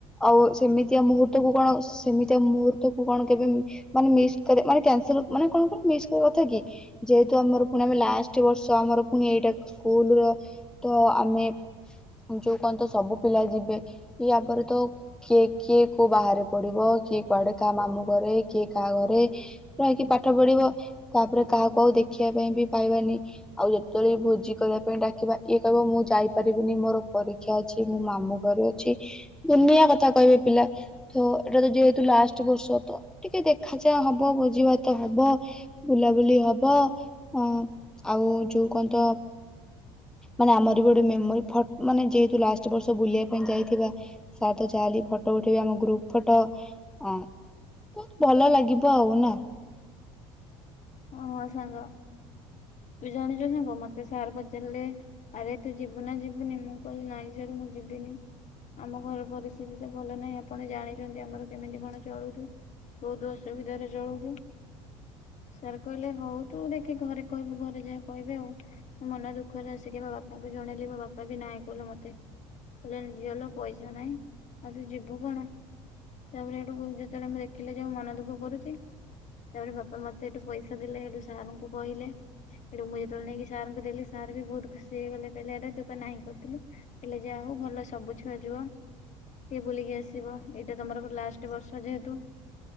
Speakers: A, in the centre; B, on the left.
A: ଆଉ ସେମିତିଆ ମୁହୂର୍ତ୍ତକୁ କଣ ସେମିତିଆ ମୁହୂର୍ତ୍ତକୁ କଣ କେବେ ମାନେ ମିସ୍ କରେ ମାନେ କ୍ୟାନ୍ସେଲ୍ ମାନେ କଣ କଲ ମିସ୍ କରିବା କଥା କି। ଯେହେତୁ ଆମର ପୁଣି ଆମେ ଲାଷ୍ଟ ବର୍ଷ ଆମର ପୁଣି ଏଇଟା ସ୍କୁଲର ତ ଆମେ ଯୋଉ କଣ ତ ସବୁ ପିଲା ଯିବେ। ୟା ପରେ ତ କିଏ କିଏ କୋଉ ବାହାରେ ପଢିବ। କିଏ କୁଆଡେ କାହା ମାମୁଁ ଘରେ କିଏ କାହା ଘରେ ରହିକି ପାଠ ପଢିବ। ତା ପରେ କାହାକୁ ଆଉ ଦେଖିବା ପାଇଁ ବି ପାଇବାନି। ଆଉ ଯେତେବେଳେ ବି ଭୋଜି କରିବା ପାଇଁ ଡାକିବା। ଇଏ କହିବ ମୁଁ ଯାଇପାରିବିନି ମୋର ପରୀକ୍ଷା ଅଛି। ମୋ ମାମୁଁ ଘରେ ଅଛି। ଦୁନିଆ କଥା କହିବେ ପିଲା। ତ ଏଇଟା ତ ଯେହେତୁ ଲାଷ୍ଟ ବର୍ଷ ତ ଟିକେ ଦେଖା ଚାହାଁ ହବ। ଭୋଜି ଭାତ ହବ, ବୁଲାବୁଲି ହବ ଅଁ ଆଉ ଯୋଉ କଣତ ମାନେ ଆମର ବି ଗୋଟେ ମେମୋରି ଫ ମାନେ ଯେହେତୁ ଲାଷ୍ଟ ବର୍ଷ ବୁଲିବା ପାଇଁ ଯାଇଥିବା ସାର୍ ତ ଯା ହେଲେ ବି ଫଟୋ ଉଠେଇବେ ଆମ ଗ୍ରୁପ ଫଟୋ। ଅଁ ବହୁତ ଭଲ ଲାଗିବ ଆଉ ନା।
B: ହଁ ହଁ ସାଙ୍ଗ ତୁ ଜାଣିଛୁ ସାଙ୍ଗ ମତେ ସାର୍ ପଚାରିଲେ। ଆରେ ତୁ ଯିବୁ ନା ଯିବୁନି ମୁଁ କହିଲି ନାଇଁ ସାର୍ ମୁଁ ଯିବିନି। ଆମ ଘର ପରିସ୍ଥିତି ତ ଭଲ ନାହିଁ ଆପଣ ଜାଣିଚନ୍ତି। ଆମର କେମିତି କଣ ଚଳୁଚୁ ବହୁତ ଅସୁବିଧାରେ ଚଳୁଚୁ। ସାର୍ କହିଲେ ହଉ ତୁ ଦେଖି ଘରେ କହିବୁ ଘରେ ଯାହା କହିବେ ଆଉ। ମନ ଦୁଃଖରେ ଆସିକି ମୋ ବାପାଙ୍କୁ ଜଣେଇଲି ମୋ ବାପା ବି ନାଇଁ କଲେ ମତେ। କହିଲେ ଝିଅଲୋ ପଇସା ନାହିଁ ଆଉ ତୁ ଯିବୁ କଣ। ତା ପରେ ସେଇଠୁ ବୋଉ ଯେତେବେଳେ ମୁଁ ଦେଖିଲେ ଯେ ମନ ଦୁଃଖ କରୁଚି। ତା ପରେ ବାପା ମତେ ସେଠୁ ପଇସା ଦେଲେ ସେଠୁ ସାର୍ ଙ୍କୁ କହିଲେ ସେଠୁ ମୁଁ ଯେତେବେଳେ ନେଇକି ସାର୍ ଙ୍କୁ ଦେଲି ସାର୍ ବି ବହୁତ ଖୁସି ହେଇଗଲେ। କହିଲେ ଆରେ ତୁ ପା ନାହିଁ କରିଥିଲୁ। କଲେ ଯା ହଉ ଭଲ ସବୁ ଛୁଆ ଯୁଅ ଟିକେ ବୁଲିକି ଆସିବ। ଏଇଟା ତମର ଲାଷ୍ଟ ବର୍ଷ ଯେହେତୁ